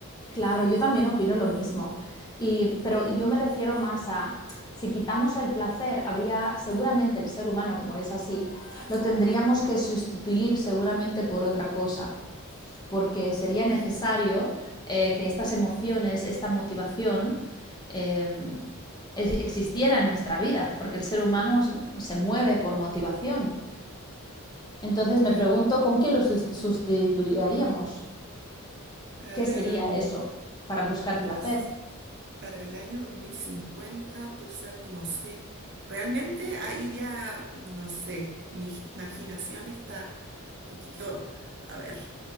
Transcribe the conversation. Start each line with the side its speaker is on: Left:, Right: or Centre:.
Left: Claro, yo también opino lo mismo. Y, pero yo me refiero más a, si quitamos el placer, habría seguramente el ser humano, como es así, lo tendríamos que sustituir seguramente por otra cosa, porque sería necesario
Right: Mm,
Left: eh, que estas emociones, esta motivación, eh, e- existiera en nuestra vida, porque el ser humano se mueve por motivación. Entonces
Right: Claro.
Left: me pregunto, ¿con qué lo sustituiríamos?
Right: Em,
Left: ¿Qué sería eso para buscar
Right: no
Left: placer?
Right: sé. para el año 2050, tú sabes que no sé. Realmente ahí ya, no sé, mi imaginación está un poquito, a ver.